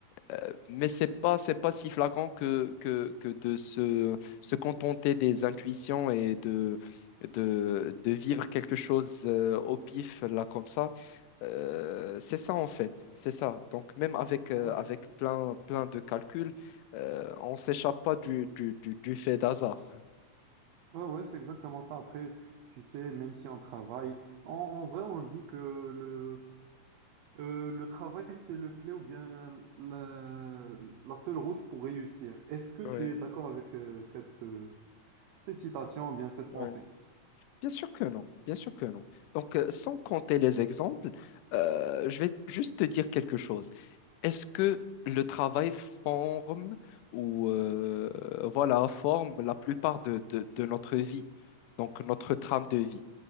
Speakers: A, on the left (about 85°); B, on the right (about 80°).
A: Euh, mais c'est pas c'est pas si flagrant que que, que de se, se contenter des intuitions et de de, de vivre quelque chose euh, au pif là comme ça Euh, c'est ça en fait c'est ça donc même avec
B: Ah
A: euh,
B: Ouais,
A: avec
B: ouais.
A: plein plein de calculs euh, on s'échappe pas du du, du, du fait d'hasard
B: Ouais, ouais, c'est exactement ça. Après, tu sais, même si on travaille, en, en vrai, on dit que le, euh, le travail, c'est le clé ou bien la, la seule route pour réussir. Est-ce que
A: ouais
B: tu es d'accord avec, euh, cette, euh, cette citation ou bien cette
A: ouais
B: pensée?
A: Bien sûr que non, bien sûr que non. Donc, euh, sans compter les exemples, euh, je vais juste te dire quelque chose. Est-ce que le travail forme ou euh, voilà, forme la plupart de, de- de notre vie, donc notre trame de vie?